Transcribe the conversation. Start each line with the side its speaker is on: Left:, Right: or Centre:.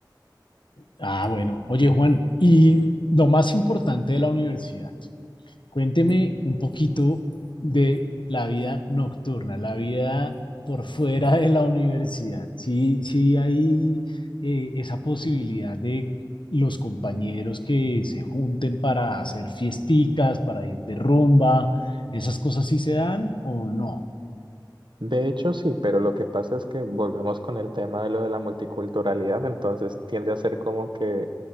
Left: Ah, bueno, oye Juan, y lo más importante de la universidad. Cuénteme un poquito de la vida nocturna, la vida por fuera de la universidad. Sí, sí hay eh, esa posibilidad de los compañeros que se junten para hacer fiesticas, para ir de rumba, esas cosas sí se dan o no.
Right: De hecho, sí, pero lo que pasa es que volvemos con el tema de lo de la multiculturalidad, entonces tiende a ser como que